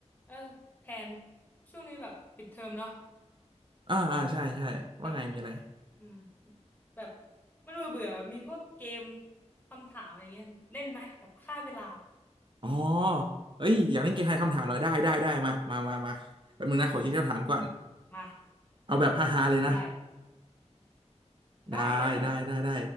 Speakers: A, on the left (about 15°); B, on the right (about 45°).
A: เออแทนช่วงนี้แบบปิดเทอมเนาะ
B: อ่าอ่าใช่ใช่ว่าไงมีอะไร
A: แบบอืมแบบมันเบื่อเบื่อมีพวกเกมคำถามอะไรเงี้ยเล่นไหมแบบฆ่าเวลา
B: อ๋อเอ้ยอยากเล่นเกมทายคำถามเหรอได้ได้ได้มามามามาแป๊บนึงนะขอคิดคำถามก่อน
A: อืมมา
B: เอาแบบฮาๆเลยนะ
A: ได้
B: ได้ได้ได้ได้
A: ได้ได้หมดอะ